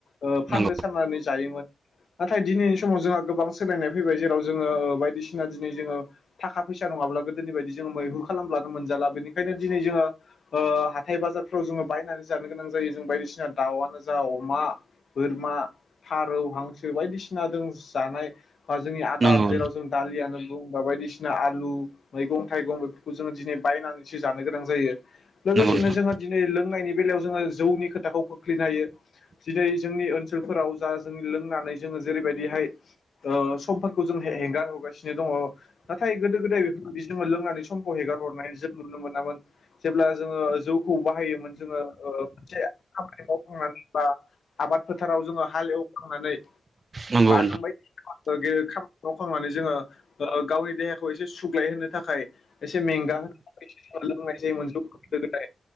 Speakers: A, on the left; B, on the right.
A: ओ फान्दो
B: नंगौ
A: साननानै जायोमोन नाथाय दिनैनि समाव जोंहा गोबां सोलायनाय फैबाय जेराव जोङो ओ बायदिसिना दिनै जोङो थाखा फैसा नङाब्ला गोदोनि बायदि जोङो मैहुर खालामब्लानो मोनजाला बेनिखायनो दिनै जोङो ओ हाथाय बाजारफ्राव जोङो बायनानै जानो गोनां जायो जों बायदिसिना दाउआनो जा अमा बोरमा फारौ हांसो बायदिसिना जों जानाय बा जोंनि बार
B: नंगौ नंगौ
A: जेराव जों दालि आनो बा बायदिसिना आलु मैगं थाइगं बेफोरखौ जोङो दिनै बायनानैसो जानो गोनां जायो। लोगोसेनो
B: नंगौ नोंथां
A: जोङो दिनै लोंनायनि बेलायाव जोङो जौनि खोथाखौ खोख्लैनो हायो। दिनै जोंनि ओनसोलफोराव जा जों लोंनानै जोङो जेरैबायदिहाय ओ समफोर खौ जों हेंगार हरगासिनो दङ नाथाय गोदो गोदाय बेफोरबायदि जों लोंनानै समखौ हेगार हरनाय जों नु नो मोनामोन जेब्ला जोङो जौखौ बाहायोमोन जोङो ओ मोनसे खामानि मावखांनानै बा आबाद फोथाराव जोङो हाल एवखांनानै
B: नंगौ
A: बा जों बायदिसिना गेदेर खामा नि मावखांनानै जोङो ओ गावनि देहाखौ एसे सुग्लाय होनो थाखाय एसे मेंगा होनो थाखाय लोंनाय जायोमोन जौखौ गोदो गोदाय।